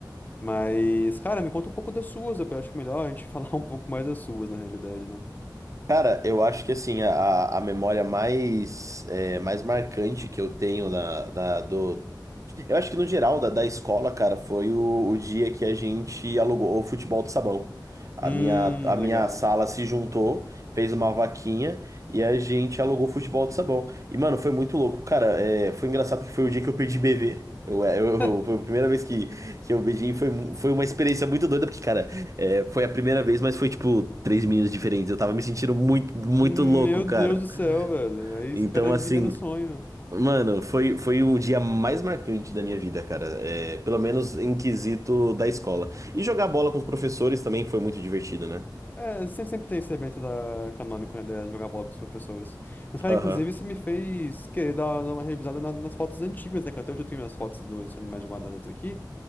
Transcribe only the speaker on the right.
Cara, eu acho que assim, a, a memória mais, é, mais marcante que eu tenho na, da, do. Eu acho que no geral da, da escola, cara, foi o, o dia que a gente alugou o futebol de sabão. A
minha, a minha
sala se juntou, fez uma vaquinha e a gente alugou futebol de sabão. E, mano, foi muito louco. Cara, é, foi engraçado porque foi o dia que eu perdi bebê. Eu, eu,
eu- foi a primeira vez que, que eu beijei foi, mu- foi uma experiência muito doida, porque, cara, é, foi a primeira vez, mas foi tipo três meninas diferentes. Eu tava me sentindo muito, muito
louco, cara.
Então,
assim,
mano, foi, foi o dia mais marcante da minha vida, cara. É, pelo menos em quesito da escola. E jogar bola com os professores também foi muito divertido, né?
Aham.